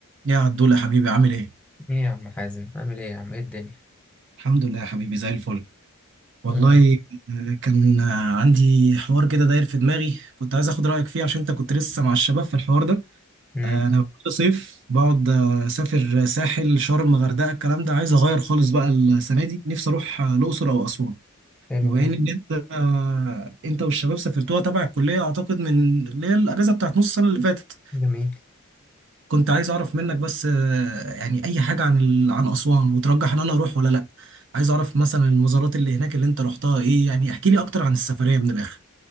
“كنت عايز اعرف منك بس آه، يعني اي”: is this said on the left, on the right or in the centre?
Right